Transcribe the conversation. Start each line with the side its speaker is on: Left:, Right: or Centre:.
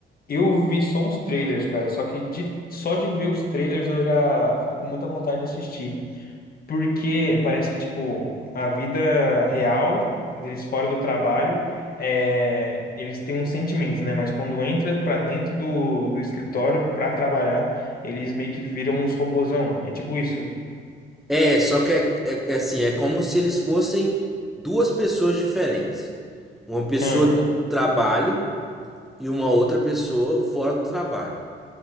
Left: eu vi só uns trailers, cara. Só que de, só de ver os trailers eu já fiquei com muita vontade de assistir. Porque parece que, tipo, a vida real deles fora do trabalho, é, eles têm um sentimento, né? Mas quando entra pra dentro do, do escritório pra trabalhar, eles meio que viram uns robozão. É tipo isso.
Centre: É, só que é, é- é assim, é como se eles fossem duas pessoas diferentes. Uma pessoa
Left: Ah,
Centre: dentro do trabalho e uma outra pessoa fora do trabalho.